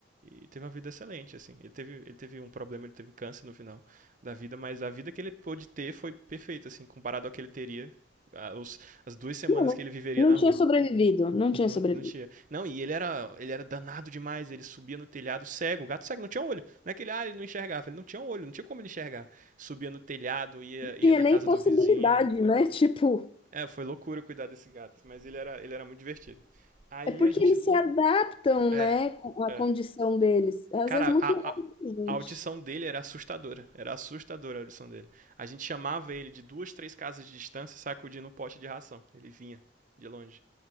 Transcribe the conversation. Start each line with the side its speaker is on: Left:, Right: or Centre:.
Right: e teve uma vida excelente, assim. Ele teve, ele teve um problema, ele teve câncer no final da vida, mas a vida que ele pôde ter foi perfeita, assim, comparado ao que ele teria, a- os- as duas semanas
Left: Não, não
Right: que ele viveria
Left: não
Right: na
Left: tinha
Right: rua.
Left: sobrevivido, não tinha
Right: Não,
Left: sobrevivido.
Right: não tinha. Não, e ele era, ele era danado demais, ele subia no telhado cego, o gato cego, não tinha olho. Não é que ele, ah, ele não enxergava, ele não tinha olho, não tinha como ele enxergar. Subia no telhado, ia,
Left: Não
Right: ia
Left: tinha
Right: na
Left: nem
Right: casa
Left: possibilidade,
Right: do vizinho.
Left: né? <laughs> Tipo,
Right: É, foi loucura cuidar desse gato, mas ele era, ele era muito divertido. Aí
Left: é porque
Right: a gente.
Left: eles se adaptam,
Right: É,
Left: né, com a
Right: é.
Left: condição deles. É, Às
Right: Cara,
Left: vezes muito
Right: a,
Left: melhor
Right: a,
Left: do que a
Right: a
Left: gente.
Right: audição dele era assustadora. Era assustadora a audição dele. A gente chamava ele de duas, três casas de distância, sacudindo um pote de ração. Ele vinha de longe.